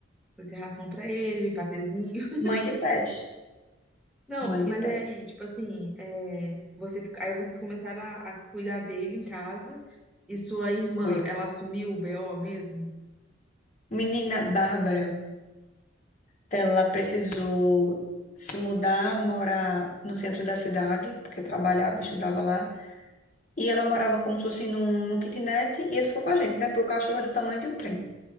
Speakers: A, in the centre; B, on the left.
A: Vai ser ração pra ele, patezinho. <laughs>
B: Mãe de pet,
A: Não,
B: mãe de
A: mas
B: pet.
A: é aí, tipo assim, é, vocês, aí vocês começaram a, a cuidar dele em casa. E sua irmã,
B: Foi.
A: ela assumiu o BO mesmo?
B: Menina Bárbara, ela precisou se mudar, morar no centro da cidade, porque trabalhava, estudava lá. E ela morava como se fosse num, num kitnet, e ele ficou com a gente, né? Porque o cachorro é do tamanho de um trem.